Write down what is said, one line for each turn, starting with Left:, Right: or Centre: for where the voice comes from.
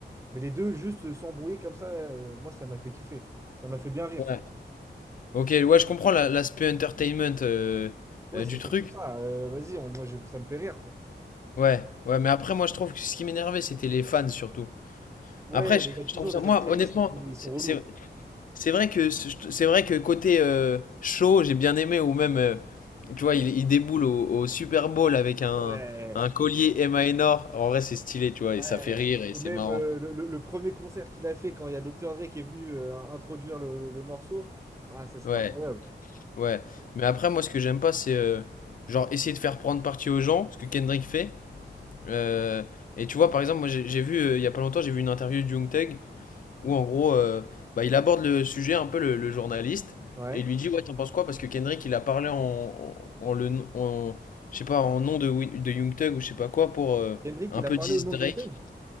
Right: Mais les deux, juste s'embrouiller comme ça, euh, moi, ça m'a fait kiffer. Ça m'a fait bien rire,
Left: Ouais.
Right: surtout.
Left: Ok, ouais, je comprends la- l'aspect entertainment euh,
Right: Ouais,
Left: euh,
Right: c'est
Left: du
Right: surtout
Left: truc.
Right: ça. Euh, vas-y, on- moi, j'ai- ça me fait rire, quoi.
Left: Ouais, ouais, mais après, moi je trouve que ce qui m'énervait, c'était les fans surtout.
Right: Ouais,
Left: Après, je,
Right: mais il y a toujours
Left: je trouve ça,
Right: des
Left: moi,
Right: extrémistes.
Left: honnêtement,
Right: Ils sont
Left: c'est.
Right: relous.
Left: c'est- C'est vrai que c'est vrai que côté euh, show, j'ai bien aimé ou même euh, tu vois, il, il déboule au, au Super Bowl avec un
Right: Ouais.
Left: un collier Emma Enor. En vrai, c'est stylé, tu vois, et
Right: Ouais.
Left: ça fait rire et
Right: Et
Left: c'est
Right: même
Left: marrant.
Right: euh, le, le- le premier concert qu'il a fait quand il y a Dr. Dre qui est venu euh, introduire le, le morceau, ah, ça c'était
Left: Ouais,
Right: incroyable.
Left: ouais. Mais après, moi, ce que j'aime pas, c'est euh, genre essayer de faire prendre parti aux gens, ce que Kendrick fait. Euh, et tu vois, par exemple, moi, j'ai j'ai vu euh, il y a pas longtemps, j'ai vu une interview de Young Thug où en gros, euh, bah, il aborde le sujet un peu le, le journaliste
Right: Ouais.
Left: et il lui dit ouais t'en penses quoi parce que Kendrick il a parlé en, en, en le en- je sais pas en nom de Wi- de Young Thug ou je sais pas quoi pour euh,
Right: Kendrick,
Left: un
Right: il
Left: peu
Right: a parlé
Left: diss
Right: au nom
Left: Drake.
Right: de John Wayne?